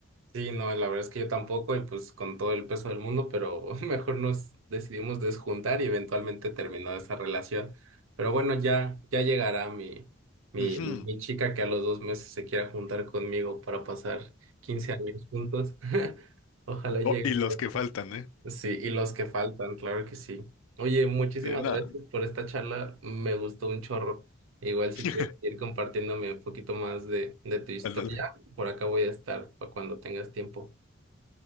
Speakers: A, on the right; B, on the left.
A: Sí, no, la verdad es que yo tampoco, y pues con todo el peso del mundo, pero <laughs> mejor nos decidimos desjuntar y eventualmente terminó esa relación. Pero bueno, ya, ya llegará mi, mi,
B: Ujú.
A: mi chica que a los dos meses se quiera juntar conmigo para pasar 15 años juntos. <laughs> Ojalá llegue
B: Oh, y los
A: pronto.
B: que faltan, ¿eh?
A: Sí, y los que faltan, claro que sí. Oye, muchísimas
B: Sí, nada,
A: gracias por esta charla, me gustó un chorro. Igual si
B: <laughs>
A: quieres ir compartiéndome un poquito más de, de tu historia,
B: ándale.
A: por acá voy a estar para cuando tengas tiempo.